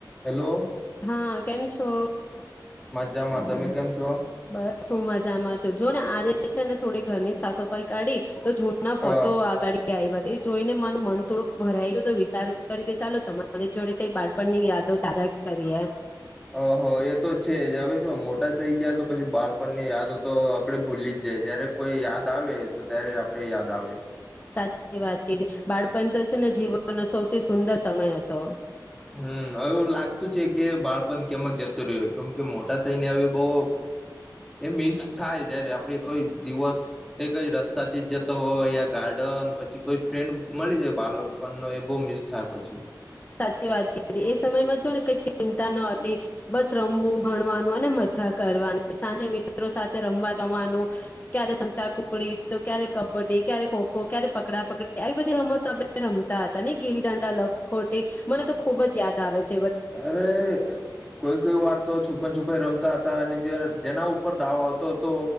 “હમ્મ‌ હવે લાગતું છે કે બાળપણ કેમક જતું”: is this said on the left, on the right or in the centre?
Centre